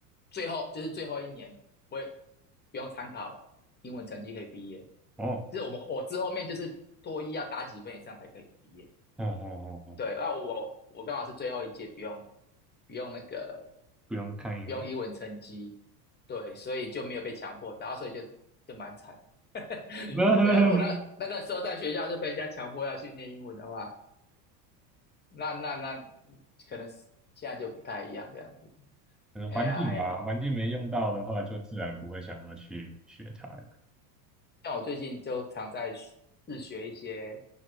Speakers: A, on the left; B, in the centre.
A: 最后就是最后一年不会不用参考英文成绩可以毕业，
B: 哦
A: 就是我们我之后面就是多一要打几分以上才可以毕业。
B: <laughs> 哦哦哦哦，
A: 对，那我我刚好是最后一届不用不用那个
B: 不用看英文，
A: 不用英文成绩，对，所以就没有被强迫，打，后所以就就蛮惨。<laughs>
B: <laughs>
A: 对啊，如果那那个时候在学校就被人家强迫要去念英文的话，那那那可能是现在就不太一样这样子。
B: 嗯，
A: 哎呀哎呀，
B: 环境吧，环境没用到的话，就自然不会想要去学它了。
A: 像我最近就常在学自学一些